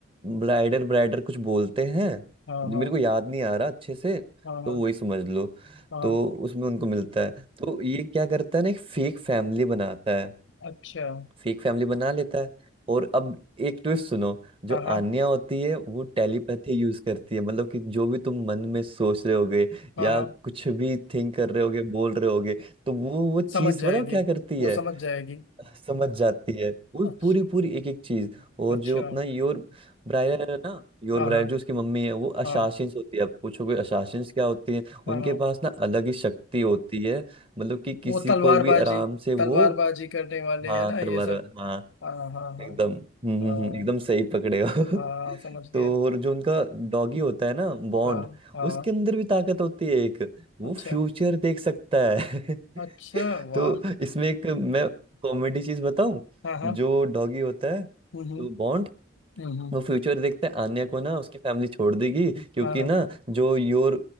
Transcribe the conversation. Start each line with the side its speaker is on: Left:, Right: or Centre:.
Right: ब्राइडर ब्राइडर कुछ बोलते हैं
Left: हाँ हाँ
Right: जो मेरे को याद नहीं आ रहा अच्छे से
Left: हाँ हाँ
Right: तो वही समझ लो
Left: हाँ
Right: तो उसमें उनको मिलता है तो ये क्या करता है ना एक फेक फैमिली बनाता है
Left: अच्छा
Right: फेक फैमिली बना लेता है और अब एक ट्विस्ट सुनो जो
Left: हाँ हाँ
Right: आन्या होती है वो टेलीपैथी यूज करती है मतलब कि जो भी तुम मन में सोच रहे होगे
Left: हाँ
Right: या
Left: हाँ
Right: कुछ भी थिंक कर रहे होगे बोल रहे होगे तो वो वो चीज
Left: समझ जाएगी
Right: बताओ क्या करती
Left: वो
Right: है
Left: समझ जाएगी
Right: समझ जाती है वो
Left: अच्छा
Right: पूरी पूरी एक एक चीज और
Left: अच्छा
Right: जो अपना योर ब्रायर है ना योर
Left: हाँ
Right: ब्रायर
Left: हाँ
Right: जो उसकी मम्मी है वो
Left: हाँ
Right: अशासिंस होती है आप पूछोगे अशासिंस क्या होती है
Left: हाँ
Right: उनके
Left: हाँ
Right: पास ना अलग ही शक्ति होती है मतलब कि किसी
Left: वो तलवारबाजी
Right: को भी आराम से वो
Left: तलवारबाजी करने वाले
Right: हाँ
Left: है ना ये
Right: तलवार
Left: सब
Right: हाँ
Left: हाँ हाँ हाँ
Right: एकदम हम्म
Left: हाँ
Right: हम्म, हम्म, एकदम सही पकड़े हो <laughs>
Left: हाँ हाँ, समझ गया
Right: तो और जो उनका डॉगी होता है ना बॉन्ड
Left: हाँ हाँ
Right: उसके अंदर भी ताकत होती है एक वो
Left: अच्छा
Right: फ्यूचर देख सकता है
Left: अच्छा
Right: <laughs>
Left: वाह
Right: तो इसमें एक मैं कॉमेडी चीज बताऊं
Left: हाँ हाँ
Right: जो डॉगी होता है तो
Left: हम्म
Right: बॉन्ड
Left: हम्म हम्म, हम्म,
Right: वो फ्यूचर देखते हैं आन्या को ना उसकी फैमिली छोड़ देगी क्योंकि
Left: हाँ हाँ
Right: ना जो योर